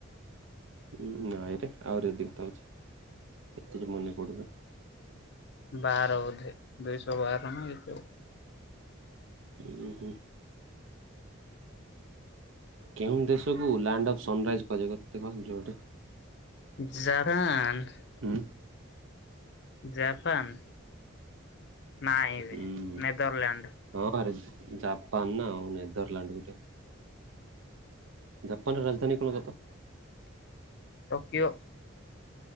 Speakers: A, on the right (about 70°); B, on the left (about 55°).
A: ହୁଁ ନାଇଁରେ ଆହୁରି ଅଧିକ ଥାଉଛି, ଏତେ ଯେ ମନେ ପଡ଼ୁନି।
B: ବାର ବୋଧେ ଦୁଇଶହ ବାର ନା <unintelligible>
A: ଉଁ- ହୁଁ। କେଉଁ ଦେଶକୁ ଲ୍ୟାଣ୍ଡ ଅଫ୍ ସନରାଇଜ୍ କୁହାଯାଏ? <unintelligible>
B: ଜାପାନ୍‌
A: ହୁଁ।
B: ଜାପାନ୍‌ ନାଇଁରେ
A: ଉଁ
B: ନେଦରଲାଣ୍ଡ।
A: ହଁ ରେ ଜାପାନ ନା ଆଉ, ନେଦରଲାଣ୍ଡ ଗୋଟେ ଜାପାନର ରାଜଧାନୀ କଣ କହ ତ?
B: ଟୋକିଓ।